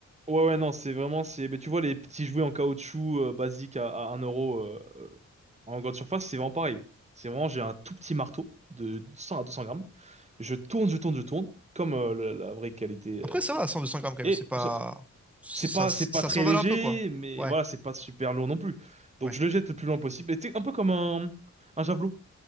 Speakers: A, on the right; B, in the centre.
A: Ouais, ouais, non, c'est vraiment, c'est, mais tu vois, les petits jouets en caoutchouc euh, basiques à, à 1 euro euh, euh, en grande surface, c'est vraiment pareil. C'est vraiment, j'ai un tout petit marteau de 100 à 200 grammes. Je tourne, je tourne, je tourne, comme euh, la, la vraie qualité.
B: Après,
A: euh,
B: ça va, cent deux cents grammes quand
A: et
B: même, c'est pas...
A: je saute.
B: Ça,
A: C'est pas,
B: ça
A: c'est pas très
B: s'envale
A: léger,
B: un peu, quoi.
A: mais
B: Ouais,
A: voilà, c'est pas super lourd non plus. Donc
B: ouais.
A: je le jette le plus loin possible. Et C'est un peu comme un, un javelot.